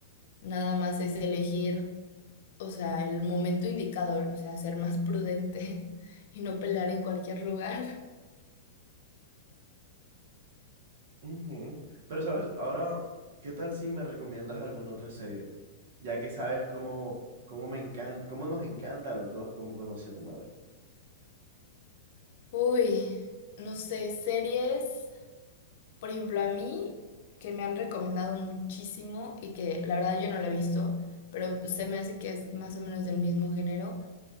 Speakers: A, on the left; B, on the right.
A: Nada más es elegir. o sea, el momento indicador, o sea, ser más prudente <laughs> y no pelear en cualquier lugar. <laughs>
B: Ujú. Pero sabes, ahora, ¿qué tal si me recomiendas alguna otra serie? Ya que sabes cómo, cómo me encanta, cómo nos encanta a los dos, cómo conocí a tu madre.
A: Uy, no sé, series, por ejemplo, a mí que me han recomendado muchísimo y que la verdad yo no la he visto, pero se me hace que es más o menos del mismo género,